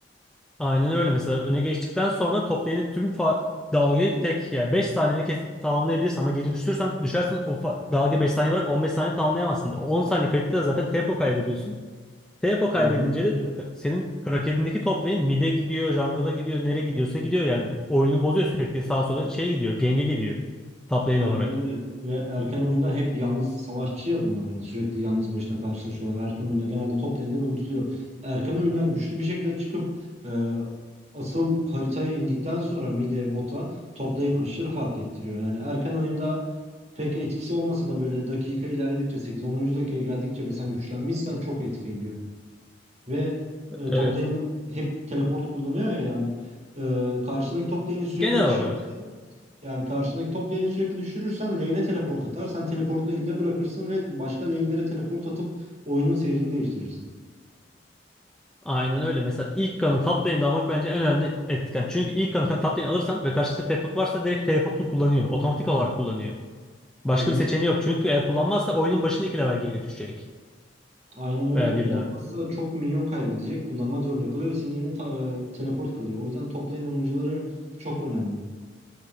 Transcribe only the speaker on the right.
Aynen
öyle.
Aynen
öyle. Ve erken oyunda hep yalnız savaşçı ya bunlar. Hani sürekli yalnız başına karşılaşıyorlar. Erken oyunda genelde toplanır unutuluyor. Erken oyundan güçlü bir şekilde çıkıp e, asıl haritaya indikten sonra mid'e bota toplayın aşırı fark ettiriyor. Yani erken oyunda pek etkisi olmasa da böyle dakika ilerledikçe sekiz onuncu dakikaya geldikçe ve sen güçlenmişsen çok etki ediyor. Ve e,
top lane'ler hep teleport kullanıyor ya yani. E, karşındaki top lane'i sürekli
düşür
yani karşındaki top lane'i sürekli düşürürsen lane'e teleport atar. Sen teleportunu elinde bırakırsın ve başka lane'lere teleport atıp oyunun seyrini değiştirirsin.
Evet,
aynen öyle.
Kullanmazsa
çok minyon kaybedecek. Kullanmak zorunda kalıyor ve senin eline ta- e, teleport kalıyor. O yüzden top lane oyuncuları çok önemli.